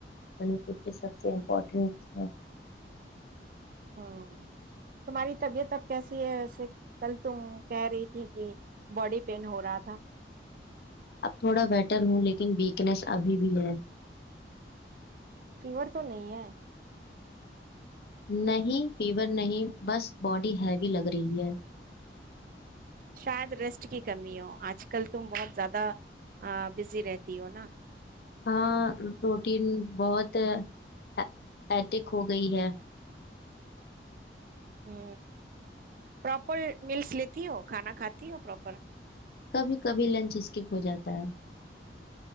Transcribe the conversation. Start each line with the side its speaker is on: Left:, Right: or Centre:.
Left: یعنی س کے سب سے امپورٹنٹ ہے
Right: ہ تمہاری طبیعت اب کیسی ہے ویسے کل تم کہہ رہی تھی کہ باڈی پین ہو رہا تھا
Left: اب تھوڑا بیٹر ہوں لیکن ویکنیس ابھی بھی ہے
Right: ا تو نہیں ہے
Left: نہیں فیور نہیں بس باڈی ہیوی لگ رہی ہے
Right: شاید ریسٹ کی کمی ہو آج کل تم بہت زیادہ بزی رہتی ہو نا
Left: ہاں روٹین بہت ا ایتک ہو گئی ہے
Right: ہ پراپر میلس لیتی ہو کھانا کھاتی ہو پراپر
Left: کبھی کبھی لنچ اسکپ ہو جاتا ہے